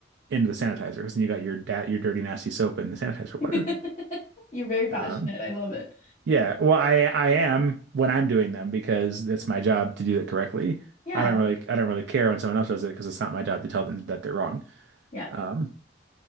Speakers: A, on the right; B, on the left.
A: into the sanitizer because then you got your da your dirty nasty soap in the sanitizer
B: <laughs>
A: water.
B: You're very passionate.
A: Um,
B: I love it.
A: yeah, well I I am when I'm doing them because that's my job to do it correctly.
B: Yeah.
A: I don't really I don't really care when someone else does it because it's not my job to tell them that they're wrong.
B: Yep.
A: Um,